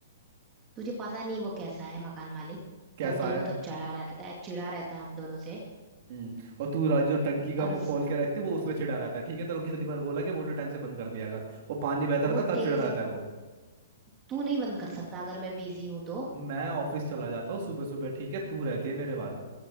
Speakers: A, on the right; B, on the right.
A: तुझे पता नहीं वो कैसा है मकान मालिक
B: कैसा
A: जब देखो
B: है
A: तब चढ़ा रहता है चिढ़ा रहता है हम दोनों से
B: हम्म और तू राज जो टंकी का
A: और उस
B: वो खोल के रखते वो उसमें चिढ़ा रहता है ठीक है तेरे को कितनी बार बोला कि मोटर टाइम से बंद कर दिया अगर वो पानी बहता रहता
A: वो
B: है, तब
A: तेरे
B: चिढ़ा रहता
A: से
B: है वो
A: तू नहीं बंद कर सकता अगर मैं बिजी हूं तो
B: और मैं ऑफिस चला जाता हूँ सुबह सुबह ठीक है तू रहती है मेरे बाद